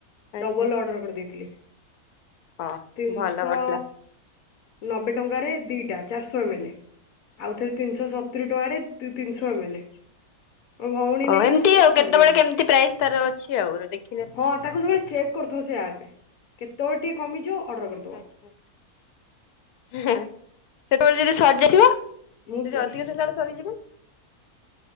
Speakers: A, on the left; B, on the left.
A: ଆଚ୍ଛା
B: ଡବଲ୍ ଅର୍ଡର କରି ଦେଇଥିଲି
A: ହଁ
B: ତିନିଶ
A: ଭଲ କରିଥିଲା।
B: ନବେ ଟଙ୍କାରେ ଦିଟା ଚାରିଶହ ଏମ୍ ଏଲ୍। ଆଉଥରେ ତିନିଶହ ସତୁରି ଟଙ୍କାରେ ତିନିଶହ ଏମ୍ ଏଲ୍। ମୋ
A: ହଁ
B: <unintelligible> ହଉଚି
A: ଏମିତି ଆଉ
B: ସରିଯାଉଛି।
A: କେତେବେଳେ କେମିତି ପ୍ରାଇସ୍ ତାର ଅଛି ଆଉ ଦେଖିଲେ
B: ହଁ, ତାକୁ ସବୁବେଳେ ଚେକ୍ କରୁଥିବ ସେ ଆପ୍। କେତେବେଳେ ଟିକେ କମିଯିବ ଅର୍ଡର କର
A: ଆଚ୍ଛା। ହାଁ। ସେତବେଳେ ଯଦି ସରି ଯାଇଯିବ। ଯଦି
B: ମୁଁ ସେ
A: ଅଧିକ ଥିଲା ବେଳେ ସରିଯିବ।